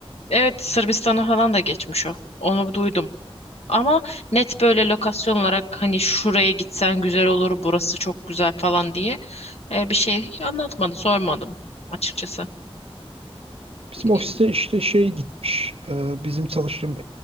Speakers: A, on the left; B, on the right.
A: Evet, Sırbistan'a falan da geçmiş o. Onu duydum. Ama net böyle lokasyon olarak hani şuraya gitsen güzel olur, burası çok güzel falan diye e, bir şey anlatmadı, sormadım açıkçası.
B: Bizim
A: E,
B: ofiste işte şey gitmiş. e, Bizim çalıştığım